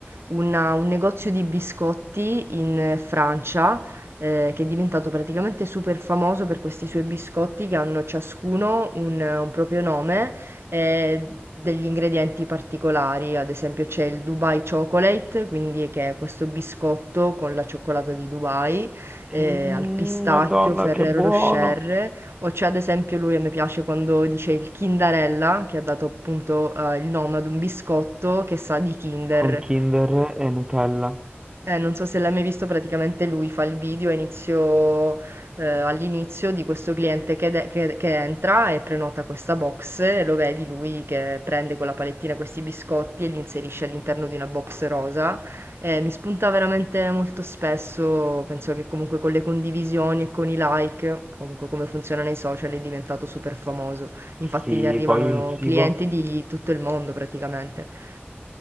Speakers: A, on the right; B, on the right.
A: una un negozio di biscotti in eh, Francia, ehm, che è diventato praticamente super famoso per questi suoi biscotti che hanno ciascuno un un proprio nome e degli ingredienti particolari. Ad esempio c'è il Dubai Chocolate, quindi che è questo biscotto con la cioccolata di Dubai, eh,
B: Mmm,
A: al pistacchio,
B: Madonna,
A: Ferrero
B: che buono!
A: Rocher, o c'è ad esempio lui, a me piace quando dice il Kindarella, che ha dato appunto eh, il nome ad un biscotto che sa di Kinder.
B: Con Kinder e Nutella.
A: Eh, non so se l'hai mai visto, praticamente lui fa il video a inizio, eh, all'inizio di questo cliente che, de- che- che entra e prenota questa box e lo vedi lui che prende con la palettina questi biscotti e li inserisce all'interno di una box rosa. Eh, mi spunta veramente molto spesso, penso che comunque con le condivisioni e con i like, comunque come funziona nei social, è diventato super famoso. Infatti
B: Sì,
A: gli arrivano
B: poi il cibo.
A: clienti di tutto il mondo praticamente.